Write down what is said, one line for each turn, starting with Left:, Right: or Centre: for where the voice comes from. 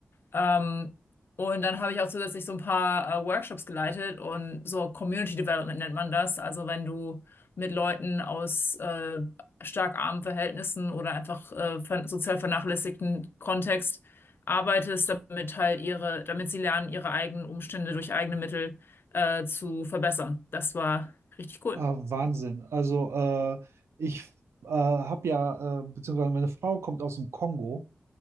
Left: Ähm, und dann habe ich auch zusätzlich so ein paar äh, Workshops geleitet und so Community Development nennt man das. Also wenn du mit Leuten aus äh, stark armen Verhältnissen oder einfach äh, ver sozial vernachlässigten Kontext arbeitest, damit halt ihre, damit sie lernen, ihre eigenen Umstände durch eigene Mittel äh, zu verbessern. Das war richtig cool.
Right: ah, Wahnsinn. Also äh, ich äh, habe ja, äh, beziehungsweise meine Frau kommt aus dem Kongo